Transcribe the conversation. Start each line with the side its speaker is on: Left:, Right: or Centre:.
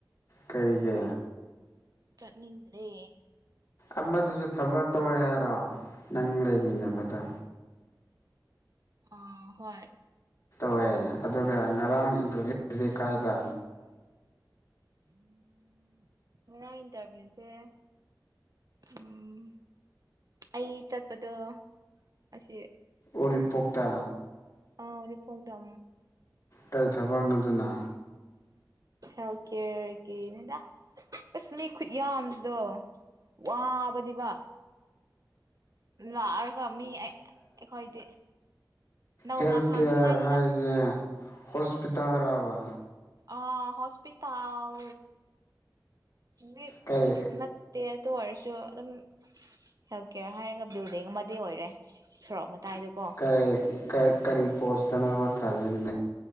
Left: ꯀꯔꯤꯒꯤ
Right: ꯆꯠꯅꯤꯗ꯭ꯔꯦ
Left: ꯑꯃꯗꯨꯁꯨ ꯊꯕꯛ ꯇꯧꯋꯦ ꯍꯥꯏꯔꯣ ꯅꯪ ꯂꯩꯃꯤꯟꯅꯕꯗꯣ
Right: ꯑ ꯍꯣꯏ
Left: ꯍꯣꯏ ꯑꯗꯨꯒ ꯉꯔꯥꯡ ꯏꯟꯇꯔꯚꯤꯌꯨ ꯀꯥꯏꯗ
Right: ꯉꯔꯥꯡ ꯏꯟꯇꯔꯚꯤꯌꯨꯁꯦ ꯎꯝ ꯑꯩ ꯆꯠꯄꯗꯣ ꯑꯁꯤ
Left: ꯎꯔꯤꯄꯣꯛꯇꯥ
Right: ꯑ ꯎꯔꯤꯄꯣꯛꯇ
Left: ꯀꯩ ꯊꯕꯛꯅꯣ ꯑꯗꯨꯅ
Right: ꯍꯦꯜꯠ ꯀꯌꯔ ꯒꯤꯅꯤꯗ ꯑꯁ ꯃꯤ ꯈꯨꯌꯥꯝꯁꯤꯗꯣ ꯋꯥꯕꯅꯦꯕ ꯂꯥꯛꯑꯒ ꯃꯤ ꯑꯩꯈꯣꯏꯗꯤ ꯅꯧꯅ
Left: ꯍꯦꯜꯊ
Right: ꯍꯥꯡꯅꯤꯉꯥꯏꯅꯤꯗ
Left: ꯀꯦꯌꯔ ꯍꯥꯏꯁꯦ ꯍꯣꯁꯄꯤꯇꯥꯜ ꯔꯕ
Right: ꯑ ꯍꯁꯄꯤꯇꯥꯜ ꯃꯤ
Left: ꯀꯩ
Right: ꯅꯠꯇꯦ ꯑꯗꯨ ꯑꯣꯏꯔꯁꯨ ꯑꯗꯨꯝ ꯍꯦꯜꯊ ꯀꯦꯌꯔ ꯍꯥꯏꯔꯒ ꯕꯤꯜꯗꯤꯡ ꯑꯃꯗꯤ ꯑꯣꯏꯔꯦ ꯁꯣꯔꯣꯛ ꯃꯇꯥꯏꯗꯀꯣ
Left: ꯀꯩ ꯀꯩ ꯀꯔꯤ ꯄꯣꯁꯇꯅꯕꯣ ꯊꯥꯖꯤꯟꯅꯩ